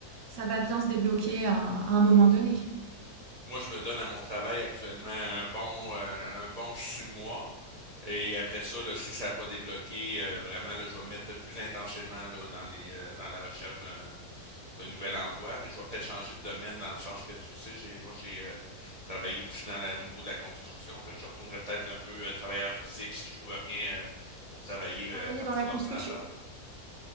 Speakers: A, on the right; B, on the right.
A: ça va bien se débloquer à un à un moment donné.
B: Moi, je me donne à mon travail actuellement un bon, euh, un bon six mois. Et après ça, là, si ça n'a pas débloqué, euh, vraiment, là, je vais me mettre plus intensément là, dans les, euh, dans la recherche d'un d'un nouvel emploi, mais je vais peut-être changer de domaine dans le sens que tu le sais, j'ai moi j'ai euh, travaillé aussi dans la, au niveau de la construction, fait que je retournerai peut-être un peu euh, travailleur physique si je trouve rien euh, pour travailler euh,
A: Travailler
B: à partir
A: dans la
B: de
A: construction?
B: l'ordinateur.